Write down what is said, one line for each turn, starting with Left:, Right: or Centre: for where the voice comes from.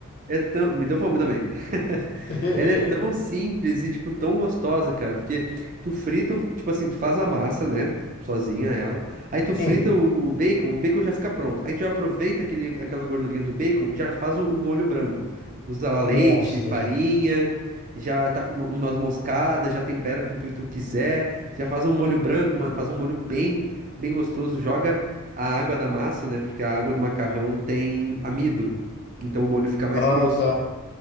Right: é tão... Me deu fome também. <laughs>
Left: hein?
Right: Ela é tão simples e, tipo, tão gostosa, cara. Porque tu frita, o- tipo assim, tu faz a massa, né? Sozinha ela. Aí tu
Left: <laughs>
Right: frita
Left: Sim,
Right: o o bacon, o bacon já fica pronto. Aí tu já aproveita aquele, aquela gordurinha do bacon e já faz o, o molho branco. Usa lá leite,
Left: nossa.
Right: farinha, já tá com uma- um noz moscada, já tempera com o que tu quiser. Já faz um molho branco, mano. Faz um molho bem, bem gostoso. Joga a água da massa, né? Porque a água do macarrão tem amido. Então o molho fica mais
Left: Ah,
Right: grosso.
Left: tá.